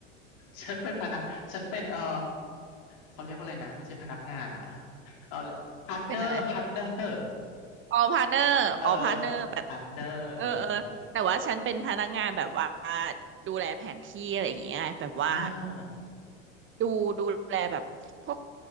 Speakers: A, on the left (about 60°); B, on the right (about 35°).
A: ฉันเป็นพนักฉันเป็นเออเขาเรียกว่าอะไรนะไม่ใช่พนักงานอ่ะเอาพาร์ทเนอร์พาร์ทเนอร์
B: เป็นอะไร ออพาร์เนอร์ออพาร์เนอร์แบบ
A: เออพาร์ทเนอร์เออเออ
B: เออเออแต่ว่าฉันเป็นพนักงานแบบว่าดูแลแผนที่อะไรอย่างเงี้ยแบบว่า
A: เอออ่า
B: ดูดูแลแบบพวก